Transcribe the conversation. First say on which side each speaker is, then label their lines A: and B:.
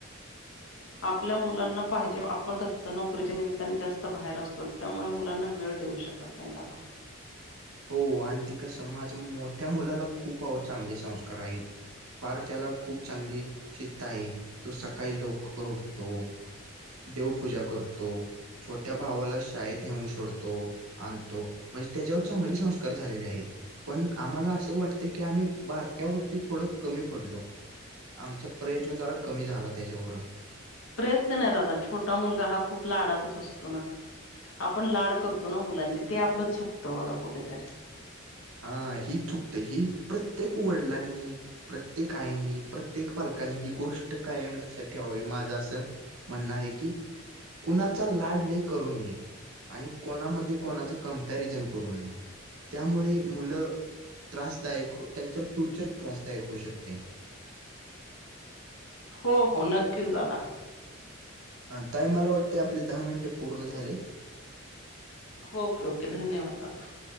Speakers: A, on the right (about 85°); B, on the left (about 70°).
A: <inaudible>
B: आपल्या मुलांना पाहिजे आपण कसं नोकरीच्या निमिताने जास्त बाहेर असतो त्यामुळे मुलांना वेळ देऊ शक -कत नाई दादा
A: हो आणि ते कसं माझ्या मोठ्या मुलाला खूप आवो चांगले संस्कार आयेत. फार त्याला खूप चांगली शिस्त आहे, तो सकाळी लवकर उठतो. देवपूजा करतो. छोट्या भावाला शाळेत नेऊन सोडतो, आणतो म्हजे त्याच्याव चांगले संस्कार झालेले आहेत. पण आम्हाला असं वाटत की, आम्ही बारक्यावरती थोडं कमी पडलो. आमचा प्रयत्न जरा कमी झाला तेच्यावरून
B: प्रयत्न नाय दादा छोटा मुलगा हा खूप लाडाचाच असतो न आपण लाड करतो ना, मुलांचे ते आपलं चुकतं बघा कुठेतरी
A: हा ही चुकतयं ही प्रत्येक वडलांनी प्रत्येक आईंनी प्रत्येक पालकांनी ही गोष्ट कायम लक्षात ठेवावी माझं असं म्हणणंय की कुणाचा लाड लय करू नये. आणि कोणामध्ये कोणाच कंप्यारिझन करू नये त्यामुळे मुलं त्रासदायक त्यांच फ्युचर त्रासदायक होऊ शकते.
B: हो हो नक्कीच दादा.
A: अं ताई मला वाटते आपले दहा मिंटे पूर्ण झालेत.
B: ओके ओके धन्यवाद दादा.